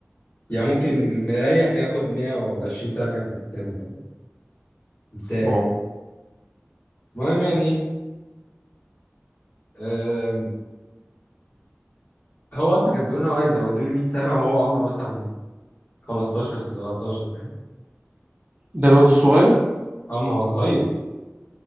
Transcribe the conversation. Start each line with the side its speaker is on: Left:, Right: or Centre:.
Left: يعني ممكن مريح ياخد 120 سنه 150 سنه فاهم مرتاح
Right: واو
Left: المهم يعني آم، هو اصلا كان بيقول انه عايز يزودوا لي 100 سنه وهو عمره مثلا 15 17 فاهم
Right: ده الواد الصغير
Left: اما هو صغير